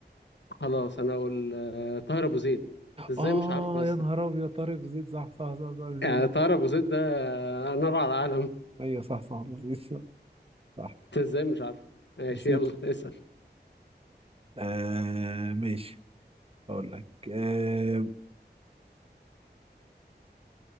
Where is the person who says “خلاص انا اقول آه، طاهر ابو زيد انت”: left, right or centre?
Left